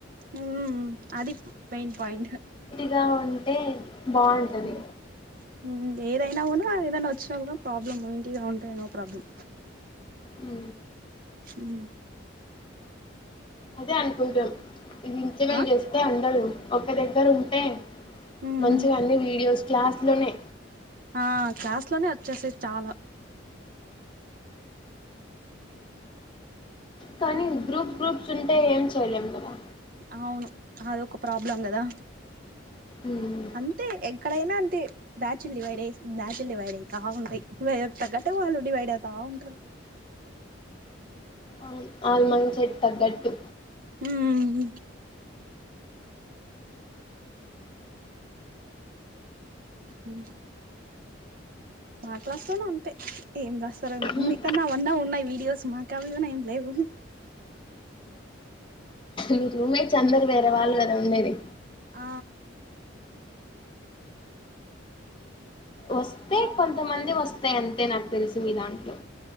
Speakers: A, on the right; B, on the left.
A: ఉ ఊ అది మెయిన్ పాయింట్
B: గా ఉంటే బాగుంటది
A: ఉ ఉమ్ ఏరైనావును కా ఏదైనా వచ్చినా కూడా ప్రాబ్లం ఇంటిగా ఉంటాయి నో ప్రాబ్లం
B: ఉ
A: ఉహ్
B: అదే అనుకుంటాం ఇజమెం
A: ఆ
B: చేస్తే అండరు ఒక దగ్గర ఉంటే
A: ఉమ్
B: మంచిగా
A: ఉమ్
B: అన్ని వీడియోస్ క్లాస్ లోనే
A: ఆ క్లాస్ లోనే వచ్చేసే చాలా
B: కానీ గ్రూప్ గ్రూప్స్ ఉంటే ఏం చెయలేం కదా
A: అవును అదొక్క ప్రాబ్లం కదా
B: మ్
A: అంతే ఎక్కడైనా అంతే బ్యాచ్ల్ డివైడ్ అ బ్యాచ్లు డివైడ్ అవుతా ఉంటాయి తగ్గట్టు వాళ్ళు డివైడ్ అవుతా ఉంటారు
B: ఆ ఆన్లైన్ సెట్ తగ్గట్టు
A: ఉమ్ ఉ మాట్లాడతాను అంతే ఏం రాస్ వస్తారేమో
B: ఉమ్.
A: మీ కన్నా అవన్న ఉన్నాయి వీడియోస్ మాకు అవివన్నా ఏం లేవు
B: మీరు రూమ్మేట్స్ అందరు వేరే వాళ్ళు కదా ఉండేది
A: ఆ
B: వస్తే కొంతమంది వస్తాయి అంతే నాకు తెలుసు మీ దాంట్లో